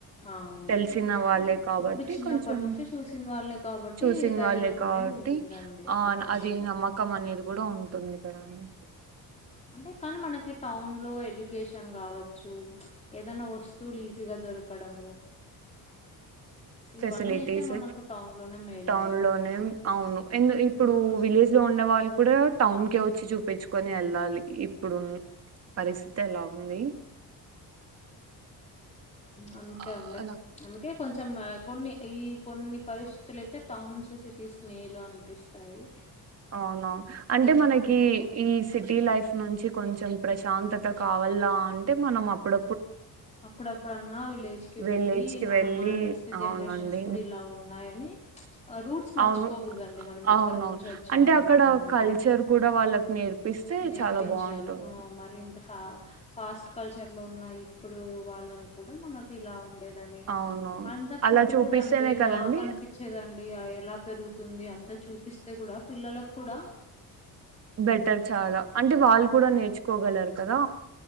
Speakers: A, on the left (about 15°); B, on the right (about 40°).
A: ఆ, అవును
B: తెలిసిన
A: అంతా
B: వాళ్ళే కాబట్టి
A: ఇప్పుడు చిన్నప్పటి
B: కొంచెం
A: నుంచే చూసిన వాళ్ళే కాబట్టి
B: చూసిన
A: ధైర్యం
B: వాళ్ళే కాబట్టి
A: అనేది ఉంటుందండి అట్లా
B: ఆ
A: మనుషులు
B: అది నమ్మకం అనేది కూడా ఉంటుంది. కదండి
A: అంటే కానీ మనకి టౌన్ లో ఎడ్యుకేషన్ కావచ్చు ఏదైనా వస్తువులు ఈజీ గా దొరకడం.
B: ఫెసిలిటీస్
A: ఇవన్నీ అయితే మనకు టౌన్ లోనే మేలండి
B: టౌన్ లోనే అవును ఇప్పుడు విలేజ్. లో ఉండే వాళ్ళు కూడా టౌన్ కె వచ్చి చూపించుకొని వెళ్ళాలి. ఇప్పుడు పరిస్థితి ఎలా ఉంది
A: అందుకే
B: ఆ,
A: అండి
B: అలా
A: అందుకే కొంచెం కొన్ని ఈ కొన్ని పరిస్థితులు అయితే టౌన్స్ సిటీస్ మేలు అనిపిస్తాయి.
B: అవునవు అంటే
A: ఏదైనా
B: మనకి
A: మనకు
B: ఈ సిటీ లైఫ్ నుంచి కొంచెం ప్రశాంతత కావాల అంటే మనం అప్పుడ
A: అప్పుడప్పుడన్నా విలేజ్ కి
B: విలేజ్
A: వెళ్ళి
B: కి
A: మనం
B: వెళ్ళి
A: మన నెక్స్ట్
B: అవునండి
A: జనరేషన్స్ కూడా ఇలా ఉన్నాయని. <unintelligible> రూట్స్ మర్చిపోకూడదండి
B: అవును
A: మనం ఎక్కడి
B: అవునవును
A: నుంచి వచ్చాము
B: అంటే అక్కడ
A: అనేది
B: కల్చర్ కూడా వాళ్ళకి నేర్పిస్తే
A: నేర్పించాలి
B: చాలా బాగుంటుంది
A: మరి ఇంత ఫ ఫాస్ట్ కల్చర్లోనయీ. ఇప్పుడు వాళ్ళని కూడా మనకు ఇలా ఉండేది అని
B: అవునవును
A: మంతా ఫుడ్
B: అలా చూపిస్తేనే
A: కూడా అండి
B: కదండి
A: నాకు అనిపించేదండి ఎలా పెరుగుతు. తుంది అంతా చూపిస్తే కూడా పిల్లలక కూడా
B: బెటర్ చాలా అంటే వాళ్ళు కూడా నేర్చుకోగలరు కదా.